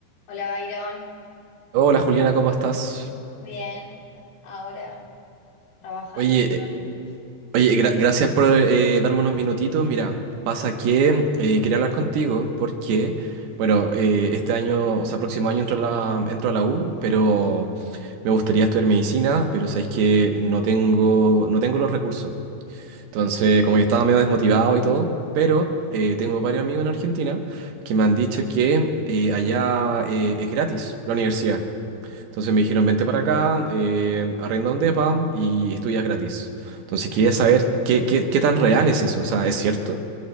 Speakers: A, on the left (about 85°); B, on the right (about 80°).
A: Hola, Byron.
B: Hola Juliana, ¿cómo estás?
A: Bien, ahora trabajando
B: Oye, eh,
A: de nuevo.
B: oye, gra- gracias por eh, darme unos minutitos. Mira, pasa que eh, quería hablar contigo porque, bueno, eh, este año, o sea, próximo año entro a la, entro a la U, pero me gustaría estudiar medicina, pero sabes que no tengo, no tengo los recursos. Entonces, como que estaba medio desmotivado y todo, pero eh, tengo varios amigos en Argentina que me han dicho que eh, allá eh, es gratis la universidad. Entonces me dijeron, vente para acá, eh, arrienda un depa y estudias gratis. Entonces quería
A: Claro.
B: saber qué, qué, qué tan real es eso. O sea, ¿es cierto?